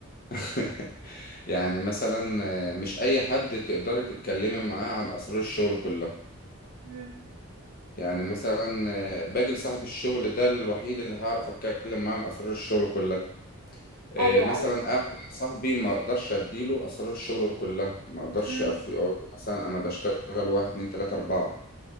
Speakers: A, on the left (about 40°); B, on the right (about 75°).
A: <laughs> يعني مثلا آه، مش اي حد تقدري تتكلمي معاه عن اسرار الشغل كلها
B: امم
A: يعني مثلا آه، باجي لصاحب الشغل ده الوحيد اللي هعرف اتكلم معاه عن اسرار الشغل كلها آه،
B: ايوه
A: مثلا
B: ايوه
A: اقعد مع صاحبي ما اقدرش اديله اسرار الشغل كلها ما اقدرش
B: امم
A: أف- اقول له مثلا انا بشتغل واحد اتنين تلاتة اربعة